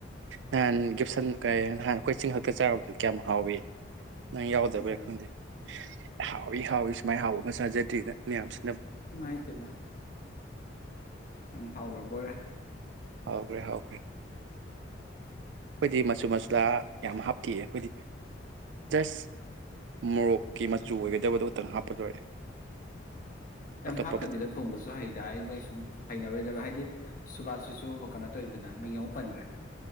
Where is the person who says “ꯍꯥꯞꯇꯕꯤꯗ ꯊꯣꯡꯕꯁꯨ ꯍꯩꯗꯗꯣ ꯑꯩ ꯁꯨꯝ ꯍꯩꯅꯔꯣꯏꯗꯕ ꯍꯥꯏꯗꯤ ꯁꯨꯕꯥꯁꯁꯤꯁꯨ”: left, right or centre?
Left